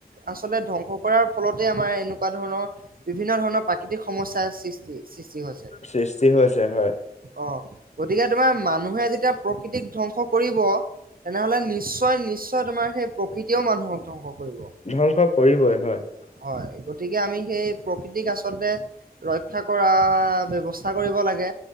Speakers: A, on the right (about 65°); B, on the left (about 45°).
A: আচলতে ধ্বংস কৰাৰ, ফলতে আমাৰ এনেকুৱা ধৰণৰ বিভিন্ন ধৰণৰ প্ৰাকৃতিক সমস্যাৰ সৃষ্টি, সৃষ্টি হৈছে।
B: সৃষ্টি হৈছে হয়।
A: অ, গতিকে তোমাৰ মানুহে যেতিয়া প্ৰকৃতিক ধ্বংস কৰিব। তেনেহলে, নিশ্চয় নিশ্চয় তোমাৰ সেই প্ৰকৃতিয়ও মানুহক ধ্বংস কৰিব।
B: ধ্বংস কৰিবই, হয়।
A: হয়, গতিকে আমি সেই প্ৰকৃতিক আচলতে, ৰক্ষা কৰাৰ ব্যৱস্থা কৰিব লাগে।